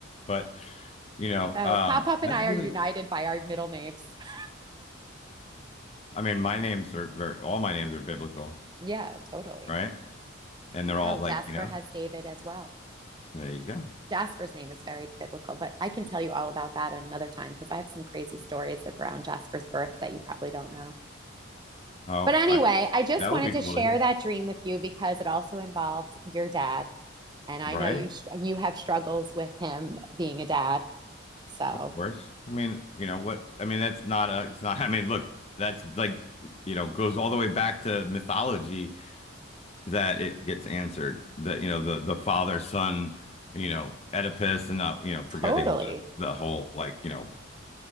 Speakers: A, on the left; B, on the right.
A: But, you know,
B: So
A: um
B: Pop Up and
A: that's
B: I
A: really
B: are united by our middle names. <laughs>
A: I mean, my names are very, all my names are biblical,
B: Yeah, totally.
A: right? And
B: I
A: they're
B: know
A: all like,
B: Jasper
A: you know,
B: has David as well.
A: there you go.
B: Jasper's name is very biblical, but I can tell you all about that another time because I have some crazy stories around Jasper's birth that you probably don't know.
A: Oh,
B: But anyway,
A: I,
B: I just
A: that would
B: wanted
A: be
B: to
A: cool
B: share
A: to hear,
B: that dream with you because it also involved your dad And I
A: right?
B: know you sh- you have struggles with him being a dad. So
A: Of course. I mean, you know what? I mean, that's not a, it's not, <laughs> I mean, look, that's like, you know, goes all the way back to mythology that it gets answered. That, you know, the, the father, son, you know, Oedipus and, uh, you know, forgetting
B: totally.
A: the, the whole, like, you know,